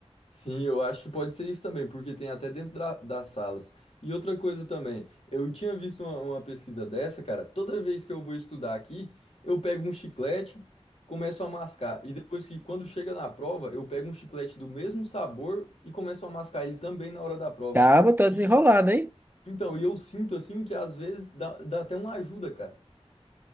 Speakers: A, on the left; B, on the right.
A: Sim, eu acho que pode ser isso também, porque tem até dentro da- das salas. E outra coisa também, eu tinha visto uma, uma pesquisa dessa, cara. Toda vez que eu vou estudar aqui, eu pego um chiclete, começo a mascar. E depois que, quando chega na prova, eu pego um chiclete do mesmo sabor e começo a mascar ele também na hora da prova.
B: Calma, tá
A: E,
B: desenrolado, hein?
A: então, e eu sinto, assim, que às vezes dá, dá até uma ajuda, cara.